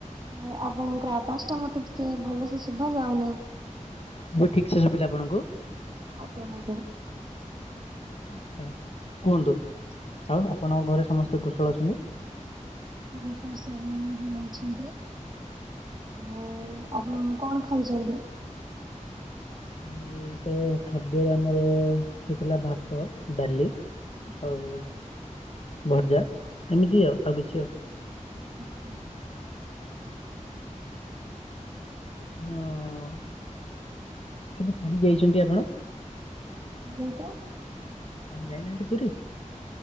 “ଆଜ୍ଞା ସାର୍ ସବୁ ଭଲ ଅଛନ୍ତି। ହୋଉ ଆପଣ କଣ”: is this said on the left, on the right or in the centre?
Right